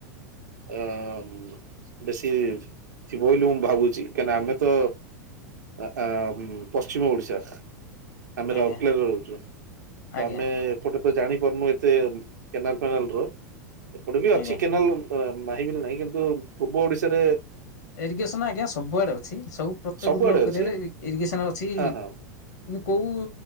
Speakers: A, on the right; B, on the left.
A: ଏଁ ବେଶୀ ଥିବ ବୋଲି ମୁଁ ଭାବୁଚି କାଇଁନା ଆମେ ତ ଆଁ ଆମ୍ ପଶ୍ଚିମ ଓଡ଼ିଶା ଆମେ
B: ଆଜ୍ଞା
A: ରାଉରକେଲାରେ ରହୁଚୁ ତ
B: ଆଜ୍ଞା
A: ଆମେ ପଟେ ତ ଜାଣିପାରୁନୁ ଏତେ କେନାଲ୍ ଫେନାଲ୍ ର। ଗୋଟେ ବି
B: ଆଜ୍ଞା।
A: ଅଛି କେନାଲ୍ ଆମ୍ ମାହିିବି ନାହିଁ କିନ୍ତୁ ପୂର୍ବ ଓଡିଶାରେ
B: ଏରିଗେସନ୍ ଆଜ୍ଞା ସବୁଆଡେ ଅଛି ସବୁ ପ୍ରତ୍ୟେକ
A: ସବୁଆଡେ
B: ବ୍ଲକରେ
A: ଅଛି
B: ଏରିଗେସନ ଅଛି।
A: ହଁ
B: କିନ୍ତୁ
A: ହଁ
B: କୋଉ